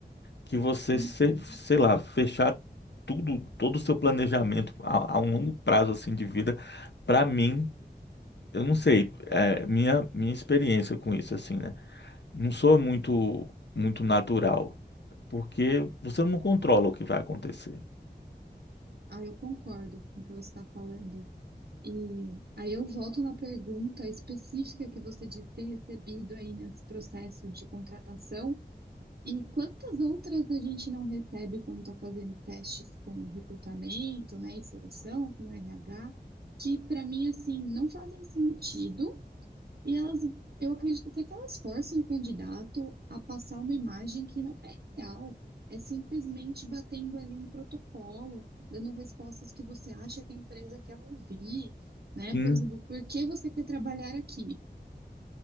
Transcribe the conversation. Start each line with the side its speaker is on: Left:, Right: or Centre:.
Left: que você,
Right: Uhum.
Left: se- sei lá, fechar tudo, todo o seu planejamento a, a um longo prazo assim de vida, para mim, eu não sei, é, minha minha experiência com isso assim, né? Não sou muito muito natural, porque você não controla o que vai acontecer.
Right: Ah, eu concordo com o que você está falando. E aí eu volto na pergunta específica que você disse ter recebido aí nesse processo de contratação. E quantas outras a gente não recebe quando está fazendo testes com recrutamento, né, e seleção, com RH, que para mim assim não fazem sentido e elas, eu acredito até que elas forcem o candidato a passar uma imagem que não é real. É simplesmente batendo ali um protocolo, dando respostas que você acha que a empresa quer ouvir, né?
Left: Sim,
Right: Por exemplo, por que você quer trabalhar aqui?